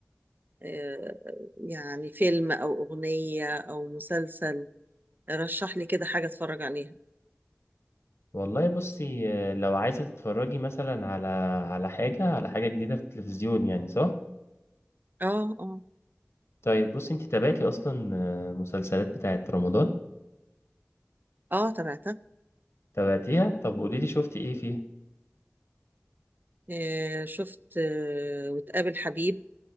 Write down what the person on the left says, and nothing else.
والله بصي آه، لو عايزة تتفرجي مثلا على على حاجة على حاجة جديدة في التلفزيون يعني صح
طيب بصي انت تابعتي اصلا آه، مسلسلات بتاعت رمضان
تابعتيها طب قوليلي شفتي ايه فيها